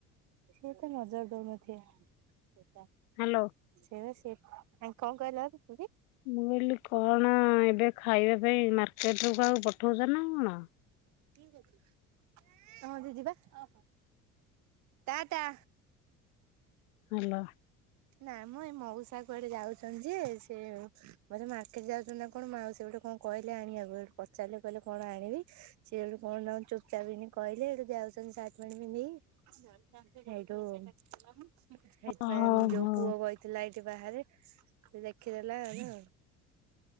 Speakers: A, on the right; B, on the left.
A: ସିଏ ଏତ ମଜା ଦଉନଥିବେ
B: ହାଲୋ।
A: ସେରା ସେ ସେ ଆଉ କଣ କହିଲ କି?
B: ମୁଁ କହିଲି କଣ ଏବେ ଖାଇବା ପାଇଁ ମାର୍କେଟ ରୁ କାହାକୁ ପ ଠଉଚ ନା କଣ?
A: ତୋମ ଦିଦି ପା। ଟା ଟା।
B: ହାଲୋ।
A: ନା ମୋ ଏ ମଉସା କୁଆଡେ ଯାଉଛନ୍ତି ଯେ ସେ ବୋଧେ ମାର୍କେଟ୍ ଯାଉଛନ୍ତି ନା କଣ ମାଉସୀ ଗୋଟେ କଣ କହିଲେ ଆଣିବାକୁ ସେଉଠୁ ପଚାରିଲେ କହିଲେ କଣ ଆଣିବି ସିଏ ସେଠୁ କଣ ତାଙ୍କ ଚୁପ ଚାପନି କହିଲେ। ସେଉଠୁ ଯାଉଛନ୍ତି ସାର୍ଟ ପେଣ୍ଟ ପିନ୍ଧିକି। ସେଇଠୁ ସେଇଥିପାଇଁ
B: ଓହୋ
A: ଯୋଉ ପୁଅ ବଇଥିଲା ଏଇ ସିଏ ବାହାରେ ସେ ଦେଖିଦେଲା ଆଉ ନା।